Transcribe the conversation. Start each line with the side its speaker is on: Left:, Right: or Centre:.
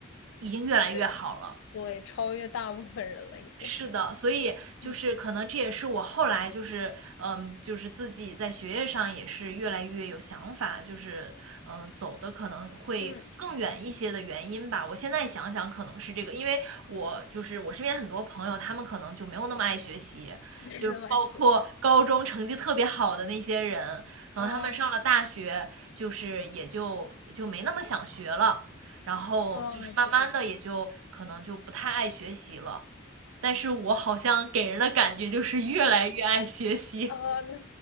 Right: 已经越来越好了。
Left: 就对，超越大部分人了已经。
Right: 是的，所以就是可能这也是我后来就是嗯，
Left: 嗯
Right: 就是自己在学业上也是越来越有想法，就是嗯，走的可能会更远一些的原因吧。
Left: 嗯，
Right: 我现在想想，可能是这个，因为我就是我身边很多朋友，他们可能就没有那么爱学习，
Left: 没
Right: 就是包括高中成绩特别好的那些人，
Left: <laughs> 得关学，
Right: 可能他们上了大学，
Left: 哦
Right: 就是也就也就没那么想学了，然后就是慢慢的也就可能就不太爱学习了。
Left: 哦，对的，
Right: 但是我好像给人的感觉就是越来越爱学习。
Left: 哦，那